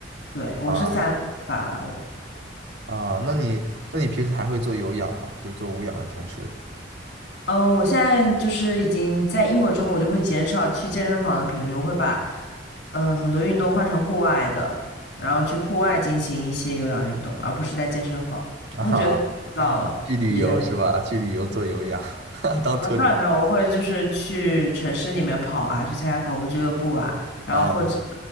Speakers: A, on the left (about 75°); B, on the right (about 70°).
A: 对，我是三分法，
B: 啊啊，那你，那你平时还会做有氧吗？就做无氧的同时，
A: 嗯，我现在就是已经在英国之后，我就会减少去健身房的频率，我会把嗯很多运动换成户外的，然后去户外进行一些有氧运动，而不是在健身房。
B: <laughs> 啊，
A: 我觉得太枯燥了，
B: 去旅游是吧？
A: 一直在。
B: 去旅游做有氧，<laughs> 当特种
A: 嗯，倒也没有，我会就是去城市里面跑啊，去参加跑步俱乐部啊，然后或者，
B: 啊，